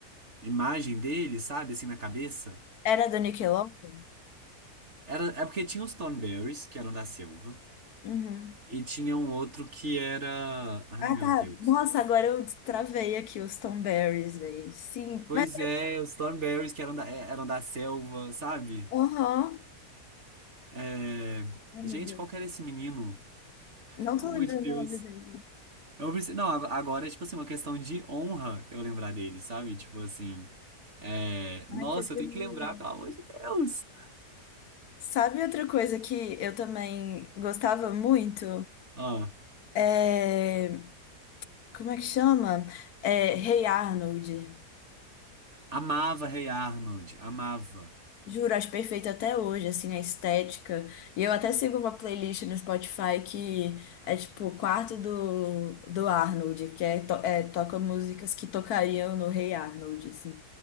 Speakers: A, on the right; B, on the left.
A: imagem dele, sabe, assim na cabeça.
B: Era do Nickelodeon?
A: Era, é porque tinha os Thornberrys, que eram da selva,
B: Uhum.
A: e tinha um outro que era, ai
B: Ah,
A: meu
B: tá.
A: Deus.
B: Nossa, agora eu travei aqui os Tom Berries, velho. Sim,
A: Pois
B: mas.
A: é, os Thornberrys que eram da, é, eram da selva, sabe?
B: Aham.
A: É,
B: Ai,
A: Gente,
B: meu Deus.
A: qual que era esse menino?
B: Não
A: Pelo
B: tô
A: amor
B: lembrando
A: de Deus.
B: o nome dele.
A: Eu preciso... Não, ag- agora é tipo assim, uma questão de honra eu lembrar dele, sabe? Tipo assim. é, Nossa,
B: Ai, que bonito.
A: eu tenho que lembrar, pelo amor de Deus.
B: Sabe outra coisa que eu também gostava muito?
A: Ó,
B: É... Como é que chama? É... Hey Arnold.
A: amava Rei Arnold, amava.
B: Juro, acho perfeito até hoje, assim, a estética. E eu até sigo uma playlist no Spotify que é tipo o quarto do, do Arnold, que é, to- é, toca músicas que tocariam no Hey Arnold, assim.